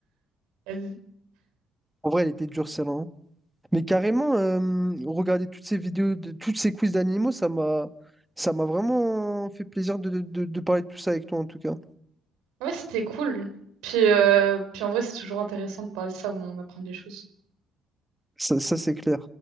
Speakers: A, on the right; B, in the centre.
A: Vas-y.
B: En vrai, elle était dure, celle-là. hein. Mais carrément, euh, regarder toutes ces vidéos, de... toutes ces quiz d'animaux, ça m'a ça m'a vraiment fait plaisir de de- de- de parler de tout ça avec toi, en tout cas.
A: Ouais, c'était cool. Puis, euh, puis en vrai, c'est toujours intéressant de parler de ça au moment où on apprend des choses.
B: Ça, ça, c'est clair.